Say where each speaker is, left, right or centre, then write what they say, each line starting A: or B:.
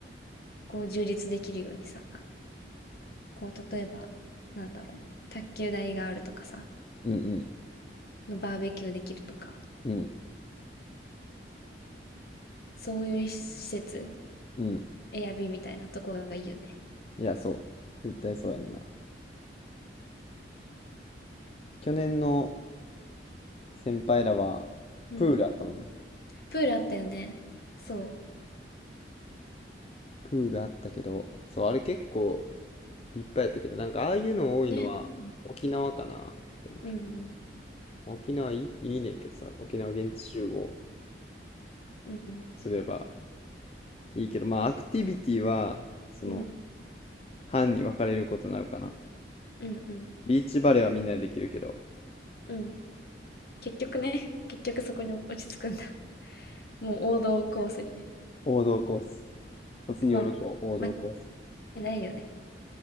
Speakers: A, on the left (about 55°); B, on the left (about 35°).
A: こう、充実できるようにさ、こう、例えば、なんだろう、卓球台があるとかさ、
B: うんうん、
A: バーベキューできるとか、
B: うん、
A: そういう施設、
B: うん。
A: エアビーみたいなとこがいいよね。
B: いや、そう。絶対そうやんな。去年の先輩らは、
A: うん。
B: プールあったもんな。
A: プールあったよね。そ
B: プールあったけど、そう、あれ結構立派やったけど、なんかああいうの多いのは沖縄かな。
A: う。ね。うん。
B: でもけ
A: うん。
B: 沖縄いい、いいねんけどさ、沖縄現地集合
A: うん。
B: すればいいけど、まあアクティビティは、その、
A: うん。
B: 班に分かれることになるかな。
A: うん。うん。
B: ビーチバレーはみんなでできるけど、
A: うん。結局ね、結局そこに落ち着くんだ。もう王道コースにね。
B: 王道コース。卒業旅行、
A: まあ、
B: 王道コース。
A: 間違いないよね。